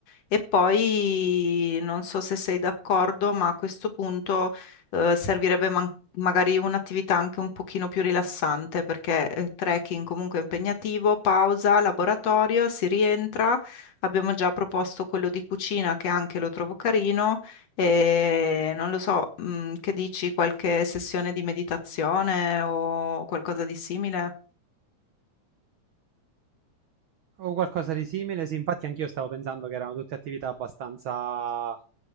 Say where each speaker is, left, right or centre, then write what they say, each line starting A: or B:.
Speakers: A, on the left; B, on the right.
A: E poi non so se sei d'accordo, ma a questo punto eh, servirebbe man- magari un'attività anche un pochino più rilassante, perché eh, trekking comunque è impegnativo, pausa, laboratorio, si rientra. Abbiamo già proposto quello di cucina che anche lo trovo carino. E non lo so, mm, che dici, qualche sessione di meditazione o qualcosa di simile?
B: O qualcosa di simile, sì, infatti anch'io stavo pensando che erano tutte attività abbastanza